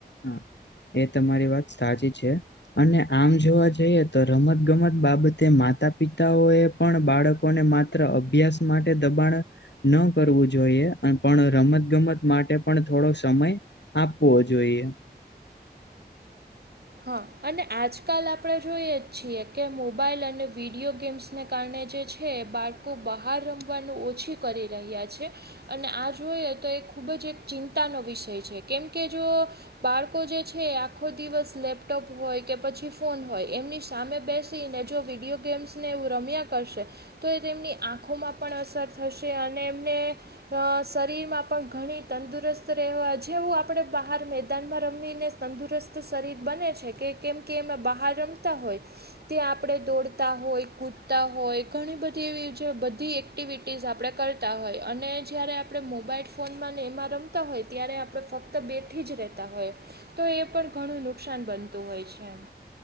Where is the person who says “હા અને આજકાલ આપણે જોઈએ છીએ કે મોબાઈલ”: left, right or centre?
Right